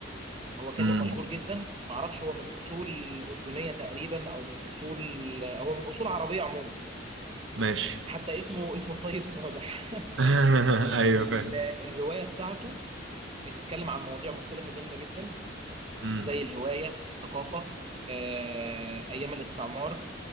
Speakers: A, on the right; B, on the right.
A: هو كاتب
B: امم
A: مشهور جدا معرفش هو من اصول اردنيه تقريبا او من اصول هو من اصول عربيه عموما
B: ماشي
A: حتى اسمه اسمه الطيب صابح
B: <laughs>
A: <laughs>
B: ايوه
A: ال- الروايه بتاعته بتتكلم عن مواضيع مختلفه جامده جدا
B: فاهم
A: زي الهوايه الثقافه آه، ايام الاستعمار